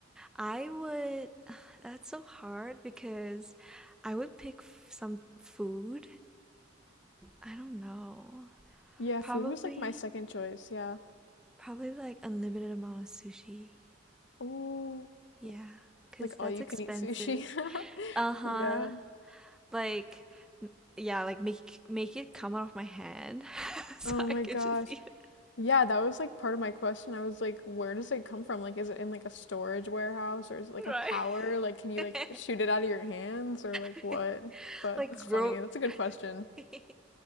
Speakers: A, in the centre; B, on the left.
A: I would, <sighs> that's so hard because I would pick f some food. I don't know.
B: Yeah,
A: Probably,
B: food was like my second choice. Yeah.
A: probably like unlimited amount of sushi.
B: Ooh,
A: Yeah, because
B: like
A: that's
B: all you
A: expensive.
B: can eat sushi. <laughs>
A: Uh-huh.
B: Yeah.
A: Like, yeah, like make make it come out of my hand <laughs> so
B: Oh
A: I
B: my
A: could
B: gosh.
A: just eat
B: Yeah, that was like part of my question. I was like, where does it come from? Like, is it in like a storage warehouse or is it like
A: it.
B: a power? Like,
A: Right.
B: can you like shoot it out of your hands or like
A: <laughs>
B: what? But
A: Like
B: that's
A: grow
B: funny. That's a good question.
A: <laughs>